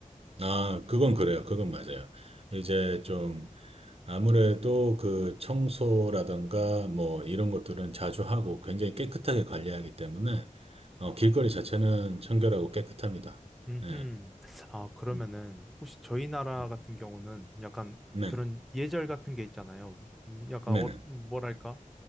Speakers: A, on the right (about 45°); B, in the centre.
A: 아, 그건 그래요. 그건 맞아요. 이제 좀 아무래도 그 청소라든가 뭐 이런 것들은 자주 하고 굉장히 깨끗하게 관리하기 때문에 어, 길거리 자체는 청결하고 깨끗합니다.
B: 음,
A: 네.
B: 아, 그러면은
A: 음,
B: 혹시 저희 나라
A: 네.
B: 같은 경우는 약간
A: 네.
B: 그런 예절 같은 게 있잖아요. 음, 약간
A: 네네.
B: 어, 뭐랄까?